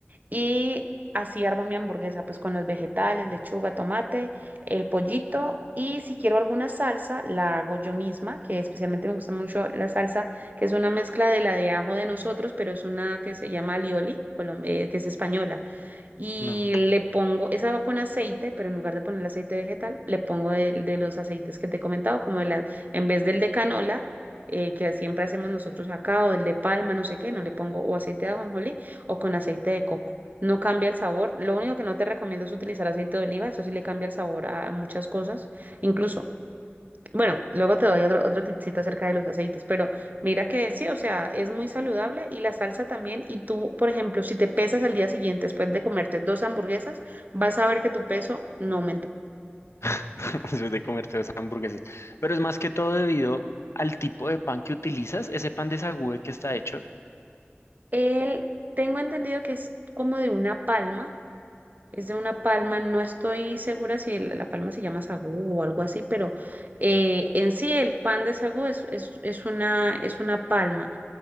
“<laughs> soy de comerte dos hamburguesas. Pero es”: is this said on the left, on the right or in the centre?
Left